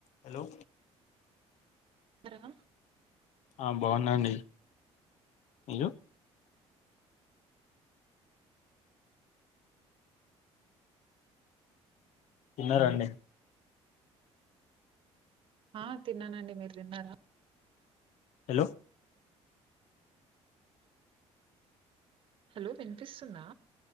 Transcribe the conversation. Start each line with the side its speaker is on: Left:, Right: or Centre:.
Left: hello
Right: అర
Left: ఆ బాగున్నండి మీరు తిన్నారండి
Right: ఆ తిన్నానండి మీరు తిన్నారా
Left: హలో
Right: హలో వినిపిస్తుందా